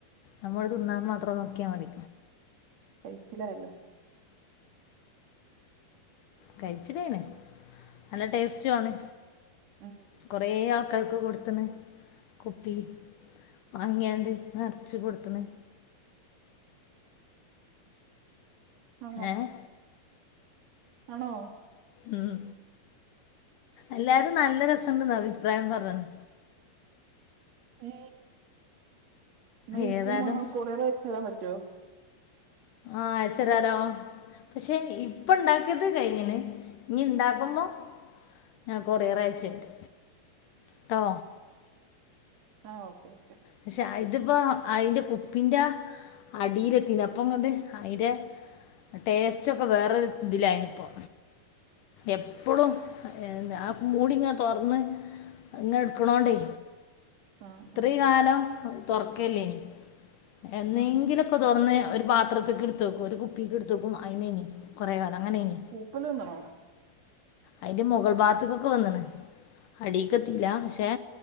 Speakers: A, on the left; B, on the right.
A: നമ്മള് തിന്നാൻ മാത്രം നോക്കിയാ മതി
B: കയ്ച്ചിലായല്ലോ
A: കയ്ച്ചിലായ്ന് നല്ല ടേസ്റ്റു ആണ്
B: ഉം
A: കൊറെ ആൾക്കാർക്ക് കൊടുത്ത്ണ് കുപ്പി വാങ്ങിയാണ്ട് നെറച്ച് കൊടുത്തണ്
B: ആണോ
A: ഏഹ്
B: ആണോ
A: ഉം എല്ലാരും നല്ല രസംണ്ടെന്ന അഭിപ്രായം പറഞ്ഞണ്
B: ഏ എന്നാ ഇനിക്കും
A: ഏതായാലും
B: വേണം കൊറിയർ അയച്ച തരാൻ പറ്റുവോ
A: ആഹ് അയച്ച് തരാല്ലോ പക്ഷെ ഇപ്പൊ ഇണ്ടാക്കിയത് കഴിഞ്ണ് ഇനി ഇണ്ടാക്കുമ്പോ ഞാൻ കൊറിയർ അയച്ച് തരണ്ട് ട്ടോ
B: ആഹ് ഓക്കേ ഓക്കെ
A: പക്ഷെ ഇതിപ്പോ അയ്ന്റെ കുപ്പിന്റെ അടിയിലെത്തിണ് അപ്പങ്ങണ്ട് അയിന്റെ ടേസ്റ്റ് ഒക്കെ വേറെ ഇതിലായിന് ഇപ്പൊ എപ്പളും ആ മൂടിങ്ങെനെ തുറന്ന് ഇങ്ങ എടുക്കണോണ്ടേ
B: ആഹ്
A: ഇത്രയും
B: അങ്ങനെ
A: കാലം തുറക്കലില്ലേനിം എന്നെങ്കിലും
B: ആ
A: കാലം ക്കെ തുറന്ന് ഒരു പത്രത്തിലക്ക എടുത്ത് വക്ക ഒരു കുപ്പിക്ക് എടുത്ത്യ്ക്കും അതിനന കുറേ കാലം അങ്ങന തന
B: പൂപ്പല് നിന്നണോ
A: അയ്ന്റെ മുകൾ ഭാഗത്ത്ക്കൊക്കെ വന്നണ് അടിക്കെത്തില്ല പക്ഷെ